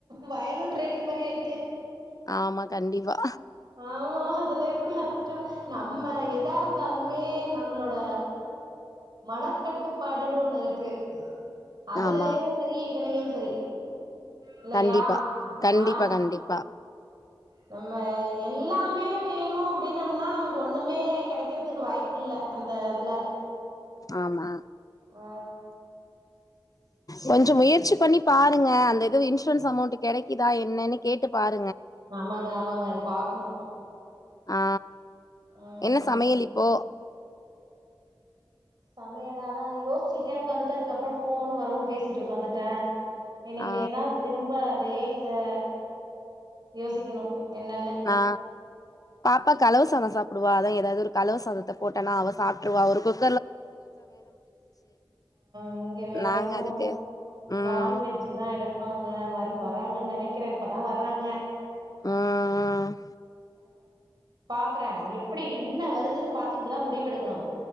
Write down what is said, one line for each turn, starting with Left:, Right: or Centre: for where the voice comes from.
Right: வயலு டிரேடிங் மாரி ஆயிட்டு
Left: ஆமா, கண்டிப்பா.
Right: ஆமா அதெல்லா எப்படி அதிர்ஷ்ட நம்ம எதா இருந்தாலுமே நம்மளோட மனக்கட்டுப்பாடுன்னு ஒண்ணு இருக்கு அதுலயு
Left: ஆமா,
Right: இதலையு சரி இல்லையா
Left: கண்டிப்பா. கண்டிப்பா,
Right: ஆ
Left: கண்டிப்பா.
Right: நம்ம எல்லாமே வேணு அப்படினோம்னா நமக்கு ஒண்ணுமே கிடைக்கிறதுக்கு வாய்ப்பு இல்ல அந்த இதுல
Left: ஆமா
Right: ஆ
Left: கொஞ்சோ முயற்சி பண்ணி பாருங்க அந்த இது இன்சூரன்ஸ் அமௌண்ட் கிடைக்குதா என்னன்னு கேட்டு பாரு
Right: ஆமாங்க ஆமாங்க அது பாக்கணு
Left: ஆ
Right: ம்
Left: என்ன சமையல் இப்போ
Right: சமையல் அதா யோசிச்சிட்டே உட்காந்துட்டு அதுக்கப்ரோ ஃபோன் வரவு பேசிட்டு உட்காந்துட்ட இனிமே
Left: ஆ
Right: தா திரும்ப அதே த யோசிக்கிணு என்னனு
Left: நா பாப்பா கலவுசாதோ சாப்டுவா அதா ஏதாவ்து கலவ சாதத்த போட்டனா அவ சாப்ட்ருவா ஒரு ஃபிப்
Right: இங்கெ வேற
Left: நாங்க
Right: எது
Left: அதுக்கு ம்
Right: நான்வெஜ்ஜு தா எடுப்பாங்க வருவா வறாங்கன் நெனக்கிறே இப்பதா வர்றாங்க
Left: ம் ம்
Right: பாக்குற எப்புடி என்ன வருத் துனு பாத்துகிட்டுதா முடிவெடுக்கணு